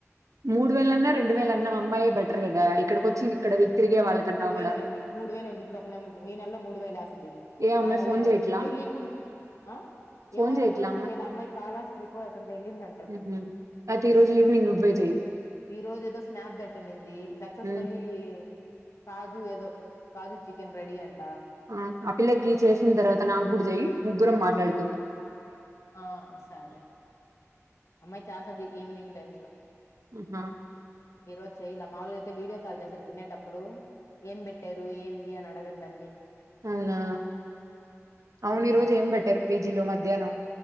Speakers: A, on the right; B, on the left.
A: మూడు వేలన్నా రెండు వేల అన్నా అమ్మాయి బెటర్ కదా ఇక్కడికి వచ్చ ఇక్కడ తిరిగే వాళ్ళకన్నా గూడా.
B: వేల అయింది మూడు వేల అయింది ఇప్పుడు ఈ నెలలో మూడు వేలు వేస్తది
A: ఏ అమ్మాయి
B: ఆరు
A: ఫోన్
B: వేలు
A: జేయట్లా?
B: అవద్ తెలియకుండా ఆ
A: ఫోన్
B: ఏమో
A: జేయట్లా
B: రెండు రోజుల నుంచి చేయాల అమ్మాయి కాలాస్త్రికి ఎక్కడికో వెళ్ళిందంటడి
A: హ అయితే ఈ రోజు ఈవనింగ్ మరి
B: ఈ రోజ ఏదో స్నాప్ బెట్ ఉనింది సక్సెస్ఫుల్లీ
A: హ్మ్.
B: కాజు ఏదో కాజు చికెన్ రెడి అంటా
A: ఆ ఆ పిల్లకి నికు చేసిన తర్వాత నాకు కుడ చెయి ముగ్గురం మాట్లాడుకుందాం
B: ఆ సరే అమ్మాయి చ చేస్తది ఈవినింగ్ టైమ్స్ లో
A: ఆహా!
B: ఈరోజు అయితే చేయలే మాములుగా అయితే వీడియో కాల్ చేస్తుంది తినేటప్పుడు ఏం పెట్టారు ఏంది అని అడగ దాన్ని
A: అవునా అవును
B: ఆ
A: ఈ రరోజు ఏం పేట్టారు పిజిలో మధ్యాహ్నం